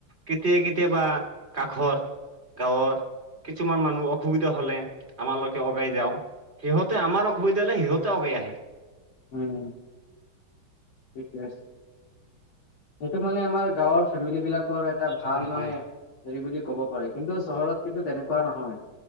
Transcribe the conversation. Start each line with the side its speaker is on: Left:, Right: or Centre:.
Right: কেতিয়া কেতিয়াবা কাষৰ গাঁৱৰ কিছুমান মানুহ অসুবিধা হলে আমালৈকে আগাই যাওঁ, সিহঁতে আমাৰ অসুবিধা হলে সিহঁতে আগাই আহে।
Left: ওম। ঠিকে আছে। সেইটো মানে আমাৰ গাঁৱৰ ফেমিলি বিলাকৰ এটা ভাল
Right: হয় হয়
Left: মানে হেৰি বুলি ক'ব পাৰি। কিন্তু চহৰত কিন্তু তেনেকুৱা নহয়